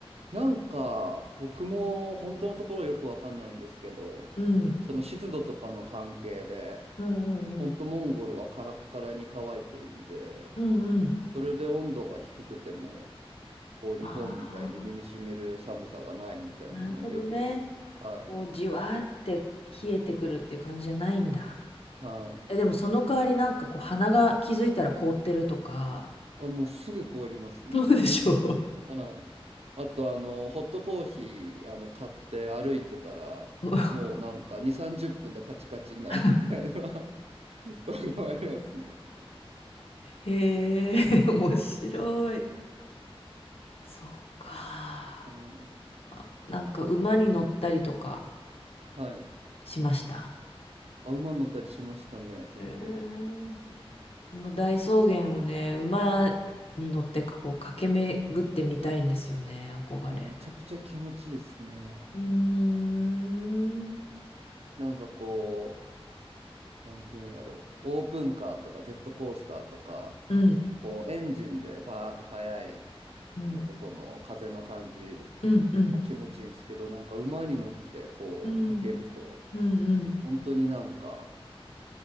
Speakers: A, on the right; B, on the left.
A: なんか僕も本当のところよくわかんないんですけど、
B: うん。
A: その湿度とかの関係で
B: うんうんうん。
A: ほんとモンゴルはカラッカラに乾いてるんで、
B: うんうん。
A: それで温度が低くても、こう日本みたいに身に染みる寒さがないみたいなのはよく、
B: ああ、なるほどね。
A: はい、
B: こう、じわーって冷えてくるっていう感じじゃないんだ。
A: はい。
B: え、でもその代わりなんかこう、鼻が気づいたら凍ってるとか、
A: あ、もうすぐ凍りますね。
B: どうでしょ
A: はい。あと、あの、ホットコーヒー、あの、買って歩いてたら、
B: う。
A: もうなんか2、30分でカチカチになるみたいな
B: <laughs>
A: <laughs> とこもあ <laughs> りますね。
B: へえ、面白い。
A: はい。
B: そうか。
A: はい。
B: あなんか馬に乗ったりとか
A: はい
B: しました。
A: あ、馬乗ったりしましたね、結構。
B: へーこの大草原をね、馬に乗ってこう駆け巡ってみたいんですよね、憧れ。
A: いや、めちゃくちゃ気持ちいいですね。
B: うーん。
A: なんかこう、なんていうんやろう、オープンカーとかジェットコースターとか、
B: うん、
A: こうエンジンでバーって速い
B: うん、
A: のとこの風の感じ
B: うん、うん、
A: も気持ちいいんですけど、なんか馬に乗ってこうかけると、
B: うん、うん、うん。
A: 本当になんか